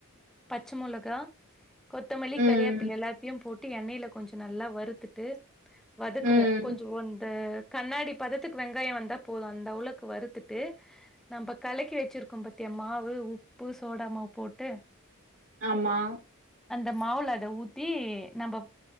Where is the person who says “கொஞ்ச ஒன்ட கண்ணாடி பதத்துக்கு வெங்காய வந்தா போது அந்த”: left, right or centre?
Centre